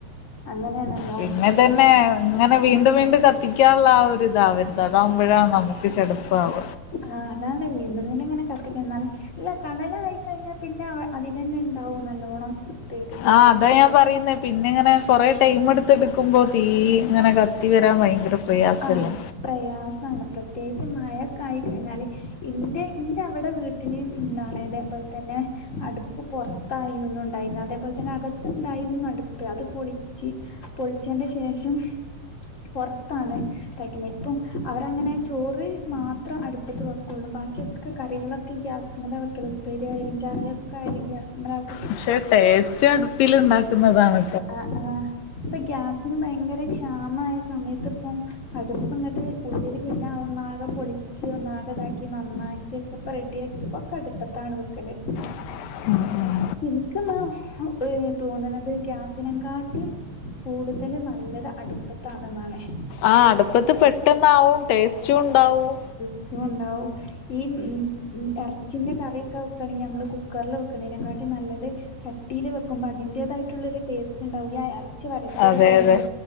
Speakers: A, on the left; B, on the left.
A: അങ്ങനെയണല്ല
B: പിന്നെ തന്നെ ഇങ്ങനെ വീണ്ടും വീണ്ടും കത്തിക്കാനുള്ള ആഹ് ഒരു ഇതാവരുത് അതാവുമ്പോഴാണ് നമുക്ക് <unintelligible> ചെടപ്പാവ
A: ആഹ് അതാണ് വീണ്ടും വീണ്ടും ഇങ്ങനെ കത്തിക്ക ന്നാല് ഇല്ല കണലായി കഴിഞ്ഞാ പിന്നെ അതിലന്നെണ്ടാവും നല്ലോണ്ണം തെ തെ
B: ആഹ് അതാ ഞാൻ പറയുന്ന പിന്നെ ഇങ്ങനെ കൊറെ ടൈം എടുത്ത് എടുക്കുമ്പോ തീ ഇങ്ങനെ ക കത്തി വരാൻ
A: ആ
B: ഭയങ്കര പ്രയാസല്ലെ
A: ആ, പ്രയാസാണ് പ്രത്യേകിച്ച് മഴക്കായി കഴിഞ്ഞാല് ഇന്റെ ഇന്റെ അവടെ വീട്ട പിന്നീം എന്താണ് ഇതേപോലെ തന്നെ അടുപ്പ് പൊറത്തായിരുന്നു ഉണ്ടായിരുന്ന അതേപോലെ തന്നെ അകത്തുണ്ടായിരുന്നു അടുപ്പ് അത് പൊളിച്ച് ആഹ് പൊൾച്ചേന്റെ ശേഷം പൊർത്താണ് തയ്ക്കിണിപ്പും അവരങ്ങനെ ചോറ് മാത്രം അടുപ്പത്ത് വെക്കൊള്ളു ബാക്കിയൊക്കെ കറികള ക്കെ ഗ്യാസ്മല വെക്കല് ഉപ്പേരി ആയാലും ചായയൊക്കായാലും ഗ്യാസ്മ്മലാ വെ
B: പക്ഷെ ടേസ്റ്റ് അടുപ്പില്ണ്ടാക്കുന്നതാണ്
A: ആഹ് ആഹ് ഇപ്പൊ ഗ്യാസിന് ഭയങ്കര ക്ഷാമായ സമയത്ത് ഇപ്പം അടുപ്പ് ഇങ്ങട്ട് ഉള്ളില് പിന്നെ അത് ഒന്നാകെ പൊളി ഷ് ഒന്നാഗതാക്കി നന്നാക്കി ഒക്കെപ്പൊ റെഡിയാക്കിത് ഇപ്പോക്കെ അടുപ്പത്താണ് വെക്കല്
B: <inaudible>
A: ഇന്ക്ക്ന്നാ ഏ തോന്നണത് ഗ്യാസിനം കാട്ടിലും കൂടുതല് നല്ലത് അടുപ്പത്താണെന്നാണെ
B: ആ അടുപ്പത്ത് പെട്ടന്നാവും ടേസ്റ്റും ണ്ടാവും
A: ഓ ഉണ്ടാവും ഈ ഉം ഉം എറച്ചിന്റെ കറിക്കെ വെക്കാണെങ്കിൽ നമ്മള് കുക്കർല് വെക്ക്ണിനെക്കാട്ടിലും നല്ലത് ചട്ടീല് വെക്കുമ്പോ അതിന്റേതായിട്ടുള്ളൊരു ടേസ്റ്റ് ഉണ്ടാവും യ എർ ച്ചി വരട്ടിയതൊക്കാവാം
B: അതെ അതെ